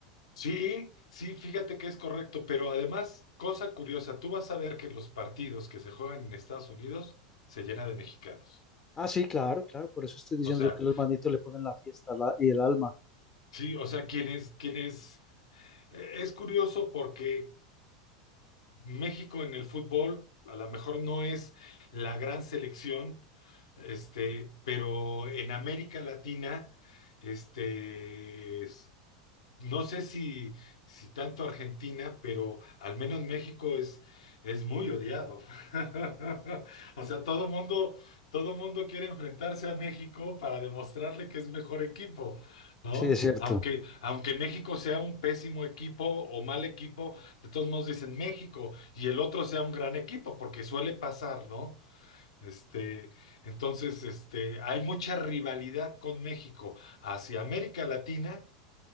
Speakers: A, on the left; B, on the left.
A: Sí, sí, fíjate que es correcto, pero además, cosa curiosa, tú vas a ver que los partidos que se juegan en Estados Unidos se llenan de mexicanos.
B: Ah, sí, claro, claro, por eso estoy diciendo
A: O sea,
B: yo que los manitos le ponen la fiesta la- y el alma.
A: sí, o sea, quienes, quienes, eh, es curioso porque México en el fútbol a lo mejor no es la gran selección, este, pero en América Latina, este, es- No sé si, si tanto Argentina, pero al menos México es, es muy odiado. <laughs> O sea, todo mundo, todo mundo quiere enfrentarse a México para demostrarle que es mejor equipo, ¿no?
B: Sí, es cierto.
A: Aunque, aunque México sea un pésimo equipo o mal equipo, de todos modos dicen México y el otro sea un gran equipo, porque suele pasar, ¿no? Este, entonces, este, hay mucha rivalidad con México hacia América Latina